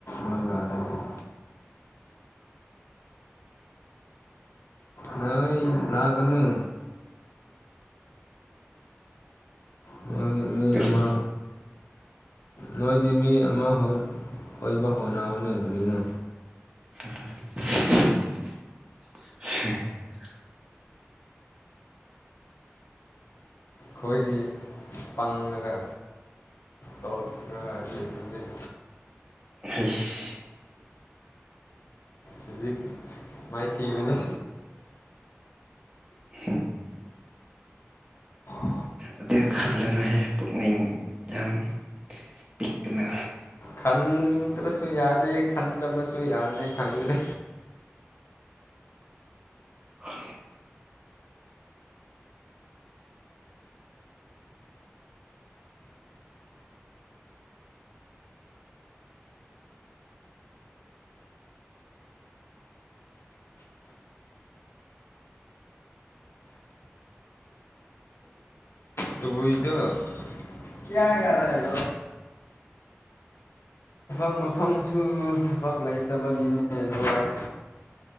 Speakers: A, on the left (about 65°); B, on the right (about 20°).
A: ꯅꯣꯏꯗ ꯍꯥꯏꯔꯗꯤ ꯎ ꯅ ꯂꯥꯛꯅꯨ ꯃꯣꯏ ꯃꯤ
B: ꯀꯔꯤ
A: ꯑꯃ ꯅꯣꯏꯗꯤ ꯃꯤ ꯑꯃ ꯑꯣꯏꯕ ꯍꯣꯠꯅꯕꯅꯦ ꯀꯔꯤꯅꯣ
B: <inaudible> ꯎ
A: ꯑꯣꯏꯗꯤ ꯄꯪꯉꯒ ꯇꯧꯔꯉꯥꯏꯗꯤ ꯍꯧꯖꯤꯛ
B: ꯐꯦꯁ
A: ꯍꯧꯖꯤꯛ ꯃꯥꯏꯊꯤꯕꯅꯦ
B: ꯍꯨꯝ,
A: <inaudible>
B: ꯑꯗꯨ ꯈꯜꯂꯅꯍꯦ ꯄꯨꯛꯅꯤꯡ ꯌꯥꯝ ꯄꯤꯛꯅ
A: ꯈꯟꯗ꯭ꯔꯁꯨ ꯌꯥꯔ ꯗꯦ ꯈꯟꯗ ꯃꯁꯨ ꯌꯥꯗꯦ ꯈꯟꯗ
B: ꯑ
A: ꯇꯕꯨꯏꯗꯣ ꯀꯌꯥꯒꯔ ꯊꯕꯛ ꯃꯐꯝꯁꯨ ꯊꯕꯛ ꯂꯩꯇꯕꯒꯤꯅꯦ ꯂꯣꯏ